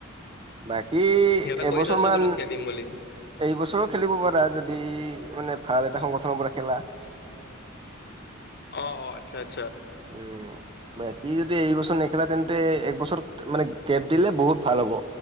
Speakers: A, on the right (about 25°); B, on the left (about 50°).
A: বাকী
B: সিহঁতক
A: এবছৰ
B: কৈ থৈছো
A: মান
B: বোলো খেলিম বুলি
A: এইবছৰো খেলিব পাৰা যদি মানে ভাল এটা সংগঠনৰ পৰা । খেলা ।
B: অ অ আচ্ছা আচ্ছা।
A: উম বেক সি যদি এইবছৰ নেখেলা তেন্তে একবছৰত মানে গেপ দিলে, বহুত ভাল হ'ব।